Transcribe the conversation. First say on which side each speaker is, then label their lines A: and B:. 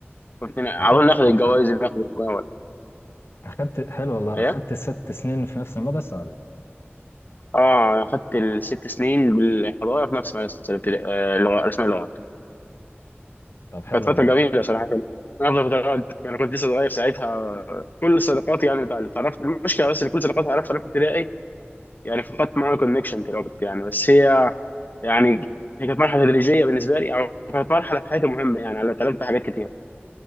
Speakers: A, on the left; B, on the left.
A: كنت على
B: أخدت
A: طول ناخد الجوائز
B: أخ-
A: اللي ناخد الاول
B: أخدت حلو والله
A: ايه
B: أخدت ست سنين في نفس المدرسة ولا؟
A: اه اخدت الست سنين بالحضاره في نفس مدرسه الابتدائي آه، لغة- رسم اللغات
B: طب حلو
A: كانت فتره
B: والله
A: جميله صراحه من افضل فترات انا كنت لسه صغير ساعتها كل صداقاتي يعني اللي تعرفت المشكله بس ان كل صداقاتي اعرفها انا في ابتدائي يعني فقدت معاهم كونكشن في الوقت يعني بس هي يعني هي كانت مرحله تدريجيه بالنسبه لي او كانت مرحله في حياتي مهمه يعني انا اتعلمت حاجات كتير